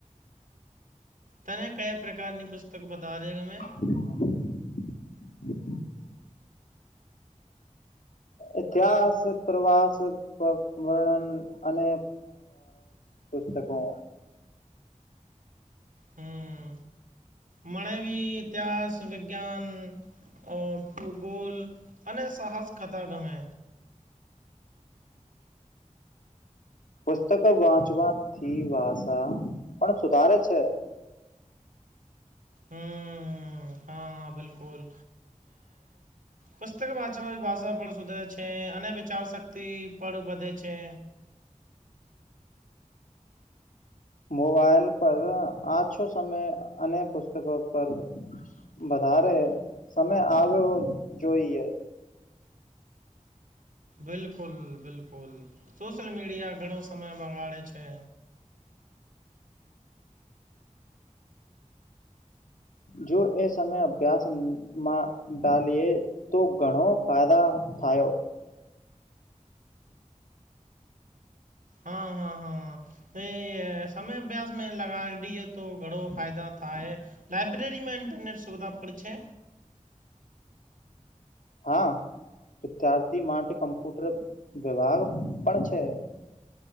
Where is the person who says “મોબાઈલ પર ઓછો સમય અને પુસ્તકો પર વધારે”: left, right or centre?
Left